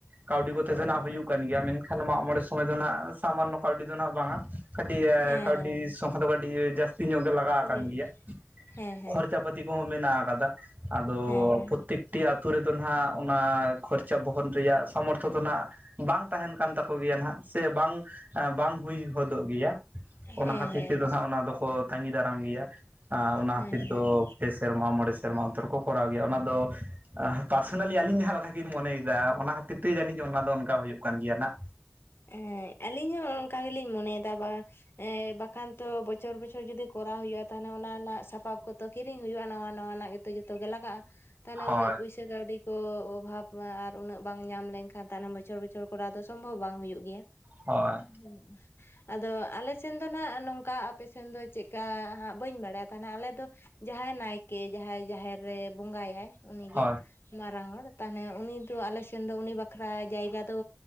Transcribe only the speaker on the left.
ᱦᱮᱸ
ᱦᱮᱸ
ᱦᱮᱸ
ᱦᱮᱸ ᱦᱮᱸ
ᱦᱮᱸ ᱦᱮᱸ
ᱦᱮᱸ
ᱦᱮᱸ
ᱦᱮᱸ
ᱦᱮᱸ
ᱮᱸ ᱟᱞᱤᱧ ᱦᱚᱸ ᱚᱱᱠᱟ ᱜᱮᱞᱤᱧ ᱢᱚᱱᱮᱭᱮᱫᱟ ᱵᱟ ᱮᱸ ᱵᱟᱠᱷᱟᱱ ᱛᱚ ᱵᱚᱪᱷᱚᱨ ᱵᱚᱪᱷᱚᱨ ᱡᱩᱫᱤ ᱠᱚᱨᱟᱣ ᱦᱩᱭᱩᱜᱼᱟ ᱛᱟᱦᱚᱞᱮ ᱚᱱᱟ ᱨᱮᱱᱟᱜ ᱥᱟᱯᱟᱵ ᱠᱚ ᱛᱚ ᱠᱤᱨᱤᱧ ᱦᱩᱭᱩᱜᱼᱟ ᱱᱟᱣᱟ ᱱᱟᱣᱟᱱᱟᱜ ᱜᱮᱛᱚ ᱡᱚᱛᱚ ᱜᱮ ᱞᱟᱜᱟᱜᱼᱟ ᱛᱟᱦᱚᱱᱮ
ᱩᱱᱟᱹᱜ ᱯᱚᱭᱥᱟ ᱥᱮ ᱠᱟᱹᱣᱰᱤ ᱠᱚ ᱚᱵᱷᱟᱵᱽ ᱢᱟ ᱟᱨ ᱩᱱᱟᱹᱜ ᱵᱟᱝ ᱧᱟᱢ ᱞᱮᱱᱠᱷᱟᱱ ᱛᱟᱭᱱᱚᱢ ᱵᱚᱪᱷᱚᱨ ᱵᱚᱪᱷᱚᱨ ᱠᱚᱨᱟᱣ ᱫᱚ ᱥᱚᱢᱵᱷᱚᱵ ᱵᱟᱝ ᱦᱩᱭᱩᱜ ᱜᱮᱭᱟ᱾
<inaudible> ᱟᱫᱚ ᱟᱞᱮ ᱥᱮᱱ ᱫᱚ ᱱᱟᱦᱟᱸᱜ ᱱᱚᱝᱠᱟ ᱟᱯᱮ ᱥᱮᱱ ᱫᱚ ᱪᱮᱫᱠᱟ ᱦᱟᱸᱜ ᱵᱟᱹᱧ ᱵᱟᱲᱟᱭᱟ ᱛᱟᱦᱮᱱᱟ ᱟᱞᱮ ᱫᱚ ᱡᱟᱦᱟᱸᱭ ᱱᱟᱭᱠᱮ ᱡᱟᱦᱟᱸᱭ ᱡᱟᱦᱮᱨ ᱨᱮ ᱵᱚᱸᱜᱟᱭᱟᱭ ᱩᱱᱤᱜᱮ
ᱢᱟᱨᱟᱝ ᱦᱚᱲ ᱛᱟᱦᱚᱱᱮ ᱩᱱᱤ ᱫᱚ ᱟᱞᱮ ᱥᱮᱱ ᱫᱚ ᱩᱱᱤ ᱵᱟᱠᱷᱨᱟ ᱡᱟᱭᱜᱟ ᱫᱚ